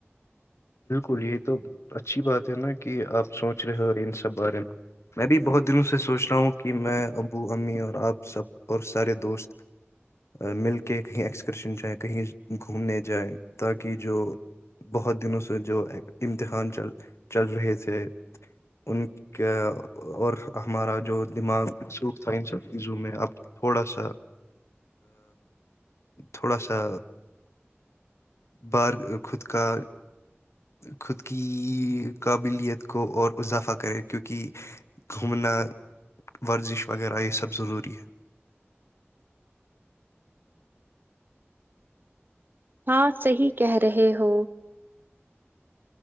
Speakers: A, on the left (about 75°); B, on the right (about 45°).
A: بالکل یہ تو اچھی بات ہے نا کہ آپ سوچ رہے ہو ان سب بارے میں میں بھی بہت دنوں سے سوچ رہا ہوں کہ میں ابو امی اور آپ سب اور سارے دوست مل کے کہیں ایکسکرشن جائیں کہیں گھومنے جائیں تاکہ جو بہت دنوں سے جو امتحان چل چل رہے تھے ان کا اور ہمارا جو دماغ مسوخ تھا ان سب چیزوں میں اب تھوڑا سا تھوڑا سا بار خود کا خود کی قابلیت کو اور اضافہ کرے کیوںکہ گھومنا ورزش وغیرہ یہ سب ضروری ہے
B: ہاں صحی کہہ رہے ہو